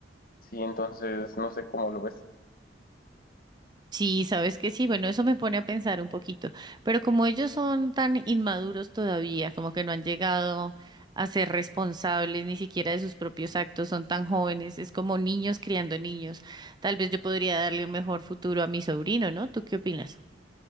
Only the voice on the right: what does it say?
Sí, sabes que sí, bueno, eso me pone a pensar un poquito, pero como ellos son tan inmaduros todavía, como que no han llegado a ser responsables ni siquiera de sus propios actos, son tan jóvenes, es como niños criando niños. Tal vez yo podría darle un mejor futuro a mi sobrino, ¿no? ¿Tú qué opinas?